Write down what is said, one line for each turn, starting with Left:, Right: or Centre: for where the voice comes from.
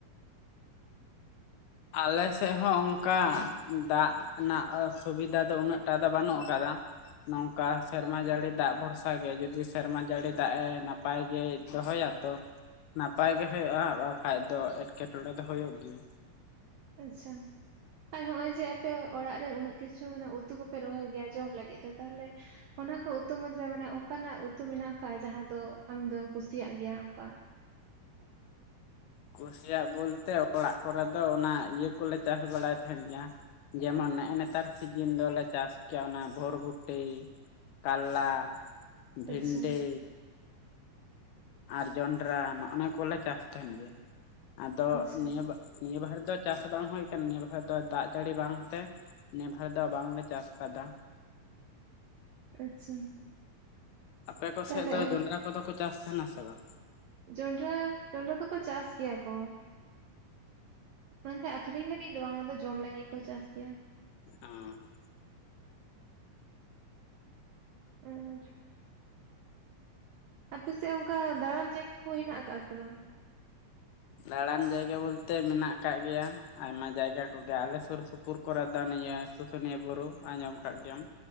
Left: ᱟᱞᱮᱥᱮᱫ ᱦᱚᱸ ᱚᱱᱠᱟ ᱫᱟᱜ ᱨᱮᱱᱟᱜ ᱥᱩᱵᱤᱫᱷᱟ ᱫᱚ ᱩᱱᱟᱹᱜ ᱴᱟ ᱫᱚ ᱵᱟᱹᱱᱩᱜ ᱟᱠᱟᱫᱟ ᱱᱚᱝᱠᱟ ᱥᱮᱨᱢᱟ ᱡᱟᱹᱲᱤ ᱫᱟᱜ ᱵᱷᱚᱨᱥᱟ ᱜᱮ ᱡᱩᱫᱤ ᱥᱮᱨᱢᱟ ᱡᱟᱹᱲᱤ ᱫᱟᱜ ᱮ ᱱᱟᱯᱟᱭ ᱜᱮ ᱫᱚᱦᱚᱭᱟ ᱛᱚ ᱱᱟᱯᱟᱭ ᱜᱮ ᱦᱩᱭᱩᱜ-ᱟ ᱵᱟᱠᱷᱟᱡ ᱫᱚ ᱮᱴᱠᱮᱴᱚᱬᱮ ᱫᱚ ᱦᱩᱭᱩᱜ ᱜᱮᱭᱟ
Right: ᱟᱪᱪᱷᱟ ᱟᱨ ᱱᱚᱜ ᱚᱭ ᱡᱮ ᱟᱯᱮ ᱚᱲᱟᱜ ᱨᱮ ᱩᱱᱟᱹᱜ ᱠᱤᱪᱷᱩ ᱢᱟᱱᱮ ᱩᱛᱩ ᱠᱚᱯᱮ ᱨᱚᱦᱚᱭ ᱜᱮᱭᱟ ᱡᱚᱢ ᱞᱟᱹᱜᱤᱫ ᱛᱮ ᱛᱟᱦᱚᱞᱮ ᱚᱱᱟ ᱠᱚ ᱩᱛᱩ ᱢᱩᱫᱽᱨᱮ ᱢᱟᱱᱮ ᱚᱱᱠᱟᱱᱟᱜ ᱩᱛᱩ ᱢᱮᱱᱟᱜ ᱟᱠᱟᱫ ᱡᱟᱦᱟᱸ ᱫᱚ ᱟᱢ ᱫᱚᱢᱮᱢ ᱠᱩᱥᱤᱭᱟᱜ ᱜᱮᱭᱟ ᱚᱱᱠᱟ
Left: ᱠᱩᱥᱤᱭᱟᱜ ᱵᱚᱞᱛᱮ ᱚᱲᱟᱜ ᱠᱚᱨᱮ ᱫᱚ ᱚᱱᱟ ᱤᱭᱟᱹ ᱠᱚᱞᱮ ᱪᱟᱥ ᱵᱟᱲᱟᱭ ᱛᱟᱦᱮᱱ ᱜᱮᱭᱟ ᱡᱮᱢᱚᱱ ᱱᱮᱜᱮᱱᱮᱛᱟᱨ ᱥᱤᱡᱤᱱ ᱫᱚᱞᱮ ᱪᱟᱥ ᱠᱮᱭᱟ ᱚᱱᱟ ᱵᱷᱨᱵᱚᱴᱤ ᱠᱟᱞᱞᱟ ᱵᱷᱤᱱᱰᱤ
Right: ᱟᱪᱪᱷᱟ
Left: ᱟᱨ ᱡᱚᱱᱰᱨᱟ ᱱᱚᱜᱼᱱᱟ ᱠᱚᱞᱮ ᱪᱟᱥ ᱛᱟᱦᱮᱱ ᱜᱮ ᱟᱫᱚ
Right: ᱟᱪᱪᱷᱟ
Left: ᱱᱤᱭᱟᱹ ᱵᱟ ᱼᱼ ᱱᱤᱭᱟᱹ ᱵᱟᱨᱮ ᱫᱚ ᱪᱟᱥ ᱵᱟᱝ ᱦᱩᱭ ᱟᱠᱟᱱᱟ ᱱᱤᱭᱟᱹ ᱵᱟᱨ ᱫᱚ ᱫᱟᱜ ᱡᱟᱹᱲᱤ ᱵᱟᱝ ᱛᱮ ᱱᱮᱵᱷᱟᱨ ᱫᱚ ᱵᱟᱝᱞᱮ ᱪᱟᱥ ᱟᱠᱟᱫᱟ
Right: ᱟᱪᱪᱷᱟ
Left: ᱟᱯᱮ ᱠᱚ
Right: ᱛᱟᱦᱚᱞᱮ
Left: ᱥᱮᱫ ᱫᱚ
Right: ᱚ
Left: ᱡᱚᱱᱰᱨᱟ ᱠᱚᱫᱚ ᱠᱚ ᱪᱟᱥ ᱛᱟᱦᱮᱱᱟ ᱥᱮ ᱵᱟᱝ
Right: ᱡᱚᱱᱰᱨᱟ ᱡᱚᱱᱰᱨᱟ ᱫᱚᱠᱚ ᱪᱟᱥ ᱜᱮᱭᱟ ᱠᱚ ᱢᱮᱱᱠᱷᱟᱡ ᱟᱠᱷᱨᱤᱧ ᱞᱟᱹᱜᱤᱫ ᱫᱚ ᱵᱟᱝ ᱚᱱᱟ ᱫᱚ ᱡᱚᱢ ᱞᱟᱹᱜᱤᱫ ᱠᱚ ᱪᱟᱥ ᱜᱮᱭᱟ
Left: ᱚᱸ
Right: ᱟᱨ ᱟᱯᱮ ᱥᱮᱫ ᱚᱱᱠᱟ ᱫᱟᱬᱟᱱ ᱡᱟᱭᱜᱟ ᱠᱚ ᱦᱮᱱᱟᱜ ᱟᱠᱟᱜᱼᱟ ᱥᱮ ᱵᱟᱝ
Left: ᱫᱟᱬᱟᱱ ᱡᱟᱭᱜᱟ ᱵᱚᱞᱛᱮ ᱢᱮᱱᱟᱜ ᱠᱟᱫ ᱜᱮᱭᱟ ᱟᱭᱢᱟ ᱡᱟᱭᱜᱟ ᱠᱚᱜᱮ ᱟᱞᱮ ᱥᱩᱨ ᱥᱩᱯᱩᱨ ᱠᱚᱨᱮᱫᱚ ᱱᱤᱭᱟᱹ ᱥᱩᱥᱩᱱᱤᱭᱟᱹ ᱵᱩᱨᱩ ᱟᱸᱡᱚᱢ ᱠᱟᱫ ᱜᱮᱭᱟᱢ